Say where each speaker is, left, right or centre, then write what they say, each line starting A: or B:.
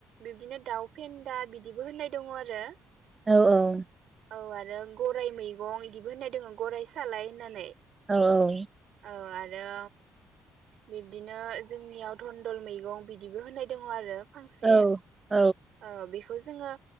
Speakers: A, on the right; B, on the right.
A: बिब्दिनो दाउ फेन्दा बिदिबो होननाय दङ आरो।
B: औ औ
A: औ आरो गराइ मैगं इदिबो होननाय दङो गराइ सालाय होननानै।
B: औ औ
A: औ आरो बिब्दिनो जोंनियाव टनडल मैगं बिदिबो होननाय दङ आरो फांसे
B: औ औ
A: ओ बे <unintelligible> जोङो